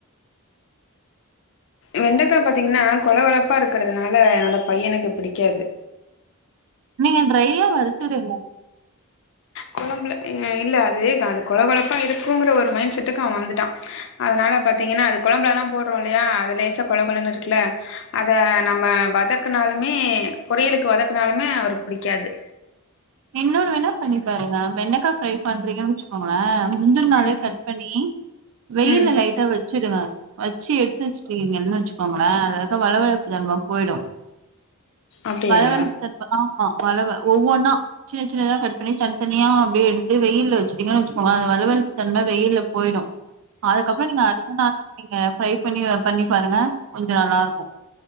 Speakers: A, on the left; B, on the right.
A: வெண்டக்கா பாத்தீங்கனா கொல கொழப்பா இருக்குறதுனால என்னோட பையனுக்கு பிடிக்காது
B: நீங்க ட்ரையா வருத்துடுங்க
A: கொழம்ல இல்ல அது-அது கொல கொலப்பா இருக்குங்கிற ஒரு மைண்ட் செட்டுக்கு அவ வந்துட்டான் அதனால பாத்தீங்கனா அது கொழம்புலலா போடுறோ இல்லையா அதுலேசா கொல கொலன்னு இருக்குல அத நம்ம வதக்குனாலுமே பொறியலுக்கு வதக்குனாலுமே அவருக்கு புடிக்காது
B: இன்னொன்னு வேனா பண்ணி பாருங்க வெண்டக்கா ஃப்ரை பண்றீங்கன்னு வச்சுக்கோங்க ஆ முந்தின நாளே
A: ம்
B: கட் பண்ணி வெயில
A: ம்
B: லைட்டா வெச்சுடுங்க வச்சு எடுத்து வச்சுட்டுங்கீங்கன்னு வச்சுக்கோங்ளே அதுல இருக்க வளவள தன்ம போயிடு
A: அப்டியா
B: வளவளப்பு தன்ம ஆமா வளவ ஒவ்வொன்னா சின்ன சின்னதா கட்பணி தனிதாதனியா அப்டியே எடுத்து வெயில வச்சட்டீங்கன்னு வச்சுக்கோங்களே அந்த வளவளப்பு தன்ம வெயில்ல போயிடு அதுக்கப்புறோ நீங்க அடுத்த நாள் நீங்க ஃப்ரை பண்ணி பண்ணி பாருங்க கொஞ்சோ நல்லா இருக்கு